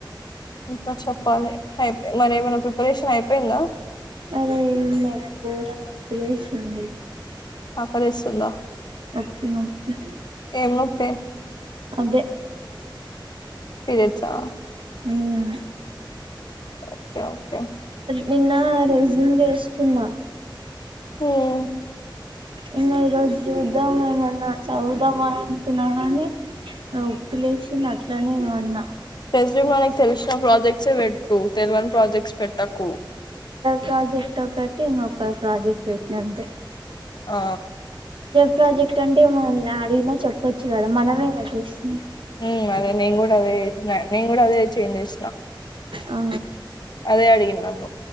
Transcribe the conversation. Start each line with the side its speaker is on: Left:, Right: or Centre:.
Left: ఇంకా చెప్పాలి, అయిపే మరి ఏమైనా ప్రిపరేషన్ అయిపోయిందా?
Right: అరే ఏం లేదే గోరంగా నొప్పి లేసింది.
Left: ఆకలేస్తుందా,
Right: నొప్పి నొప్పి
Left: ఏం నొప్పే?
Right: అదే
Left: పీరియడ్సా?
Right: ఉమ్
Left: ఓకే ఓకే
Right: నిన్న రెజ్యూమ్ చేసుకున్నా.
Left: హ్మ్
Right: ఇంగ ఈరోజు చూద్దాం ఏమన్నా చదువుదాం అని అనుకున్నా గని నోప్పులేసింది అట్లనే వన్న
Left: రెస్యూమ్ లో మనకి తెలిసిన ప్రాజెక్ట్సే పెట్టు, తెలివని ప్రాజెక్ట్స్ పెట్టకు.
Right: ప్రాజెక్టో పెట్టి ఇంగొక ప్రాజెక్ట్ పెట్టినంతే
Left: ఆ
Right: ప్రాజెక్ట్ అంటే మనల్ని అడినా చెప్పొచ్చు కదా, మనమే గా చేసింది.
Left: ఉమ్ అదే నేను గుడ చేసిన, నేను గుడ అదే చేంజ్ చేసిన
Right: ఆ
Left: అదే అడిగిండు నన్ను,